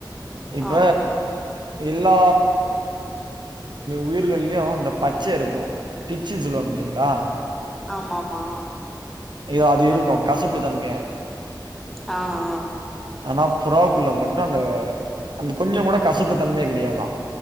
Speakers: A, on the right (about 70°); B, in the centre.
A: இப்ப
B: ஆ
A: எல்லா உயிர்கள்லையு இந்த பச்ச இருக்கு பிச்சி சொல்லுவாங்க பாத்திங்களா
B: ஆமாம்மா
A: இது அது இருக்கு கசப்பு தன்மைய
B: ஆ ஆ
A: ஆனா புறாவுக்குள்ள மட்டும் அந்த அந்த கொஞ்சோ கூட கசப்பு தன்மையே கெடையாதா